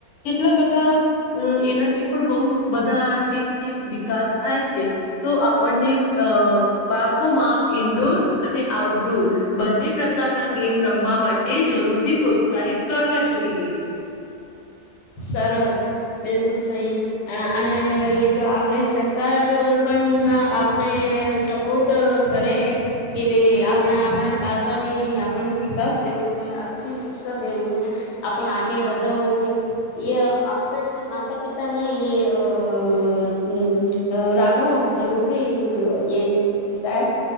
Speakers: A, on the left; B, on the left.
A: કેટલા બધા એનાથી પણ બહુ બધા છે, વિકાસ થાય છે, તો આપણને અ બાળકોમાં ઈન્ડોર અને આઉટડોર બંને પ્રકારના ગેમ રમવા માટે જરૂરથી પ્રોત્સાહિત કરવા જોઈએ.
B: સરસ બિલકુલ સહી અને <unintelligible> જો આપણે સરકાર પણ આપને સપોર્ટ કરે કે <unintelligible> આપણે આપણા બાળકોની આપણ વિકાસ દેવું ને અચ્છી શિક્ષા દેવું ને આપણ આગે વધવવું <unintelligible> આપણે માતા પિતાને <inaudible> અ <unintelligible> જરૂરી <inaudible> એ જ પૈસા